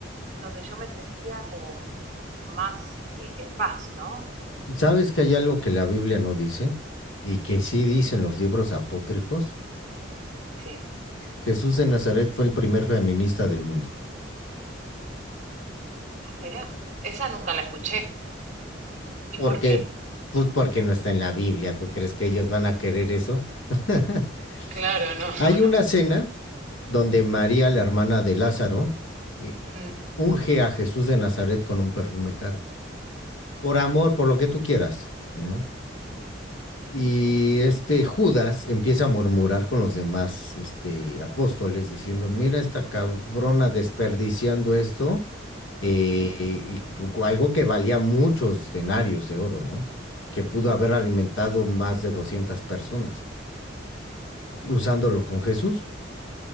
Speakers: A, on the right (about 35°); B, on the left (about 85°).
A: donde yo me sentía como más eh, en paz, ¿no?
B: ¿Sabes que hay algo que la Biblia no dice y que sí dicen los libros apócrifos?
A: ¿Qué?
B: Jesús de Nazaret fue el primer feminista del mundo.
A: Ah, mirá. Esa nunca la escuché. ¿Y
B: ¿Por
A: por
B: qué?
A: qué?
B: Pues porque no está en la Biblia. ¿Tú crees que ellos van a querer eso? <laughs>
A: Claro, no,
B: Hay
A: no, no.
B: una cena donde María, la hermana de Lázaro, eh,
A: Mm,
B: unge a Jesús de Nazaret con un perfume caro. Por amor, por lo que tú quieras, ¿no? Y este Judas empieza a murmurar con los demás este, apóstoles diciendo, mira esta cabrona desperdiciando esto, eh,
A: mm,
B: y cu- algo que valía muchos denarios de oro, ¿no? Que pudo
A: mm,
B: haber alimentado más de 200 personas,
A: claro,
B: y usándolo con Jesús